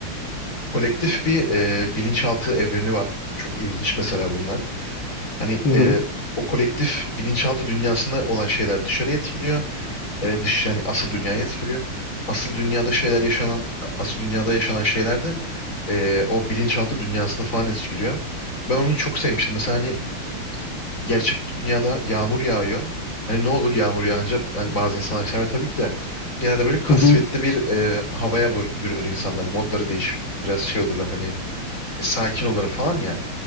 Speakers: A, on the left; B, on the left.
A: kolektif bir e, bilinçaltı evreni var. Çok ilginç mesela bunlar. Hani
B: Hı hı.
A: e, o kolektif bilinçaltı dünyasında olan şeyler dışarıya etkiliyor. E, dış yani asıl dünyayı etkiliyor. Asıl dünyada şeyler yaşanan asıl dünyada yaşanan şeyler de e, o bilinçaltı dünyasını falan etkiliyor. Ben onu çok sevmiştim. Mesela hani gerçek dünyada yağmur yağıyor. Hani ne olur yağmur yağınca hani bazı insanlar sever tabii ki de genelde böyle kasvetli
B: Hı hı.
A: bir e, havaya bür- bürünür insanlar. Modları değişir. Biraz şey olurlar hani e, sakin olur falan ya.